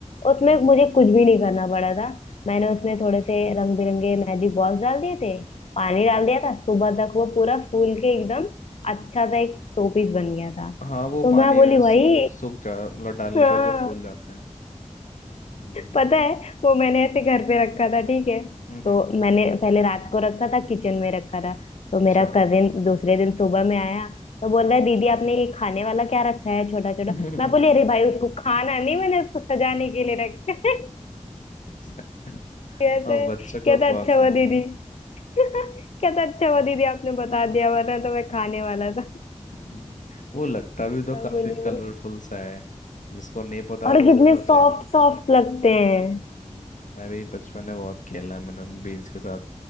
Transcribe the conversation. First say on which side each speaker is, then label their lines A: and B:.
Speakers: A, on the left; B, on the left.
A: उसमें
B: हम्म
A: मुझे कुछ भी नहीं करना पड़ा था मैंने उसमें थोड़े से रंग बिरंगे मैजिक बॉल्स डाल दिए थे पानी डाल दिया था सुबह तक वो पूरा फूल के एकदम अच्छा सा एक शो पीस बन गया था
B: हाँ वो
A: तो
B: पानी
A: मैं बोली
B: में
A: भाई
B: सु- सूख जा मतलब डालने
A: हाँ
B: पर जो फूल जाते हैं हम्म
A: पता है वो मैंने ऐसे घर पे रखा था ठीक है
B: हम्म
A: तो मैंने पहले रात को रखा था किचन में रखा था तो
B: अच्छा
A: मेरा कजिन दूसरे दिन सुबह में आया तो बोल रहा है दीदी आपने ये खाने वाला क्या रखा है छोटा छोटा
B: <laughs>
A: मैं बोली अरे भाई उसको खाना नहीं मैंने उसको सजाने के लिए रखा है
B: सही।
A: <laughs> कहते
B: अब बच्चों को
A: कहता अच्छा
B: कौन
A: हुआ
B: समझा
A: दीदी <laughs> कहता अच्छा हुआ दीदी आपने बता दिया वरना तो मैं खाने वाला था
B: हम्म, वो लगता भी तो
A: मैं
B: काफी
A: बोली
B: कलरफुल सा है जिसको नहीं पता
A: और
B: तो
A: कितने
B: वही सोचेगा
A: सॉफ्ट
B: ना
A: सॉफ्ट लगते हैं
B: हम्म, मैं भी बचपन में बहुत खेला मैंने बीन्स के साथ